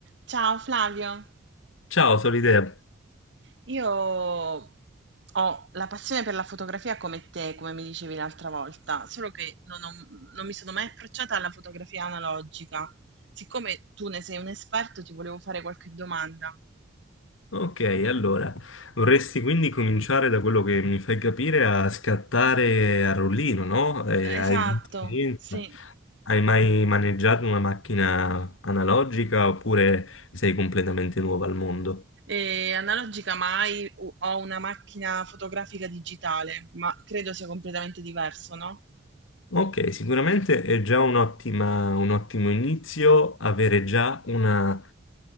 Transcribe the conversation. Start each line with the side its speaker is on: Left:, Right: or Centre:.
Right: Ciao Flavio,
Left: Ciao Solidea.
Right: io ho la passione per la fotografia come te, come mi dicevi l'altra volta, solo che non, ho- non mi sono mai approcciata alla fotografia analogica. Siccome tu ne sei un esperto, ti volevo fare qualche domanda.
Left: Ok, allora, vorresti quindi cominciare da quello che mi fai capire a scattare a rullino, no? Eh,
Right: Esatto,
Left: hai di esperienza?
Right: sì.
Left: Hai mai maneggiato una macchina analogica oppure sei completamente nuova al mondo?
Right: E analogica mai, ho ho una macchina fotografica digitale, ma credo sia completamente diverso, no?
Left: Ok, sicuramente è già un'ottima- un ottimo inizio avere già una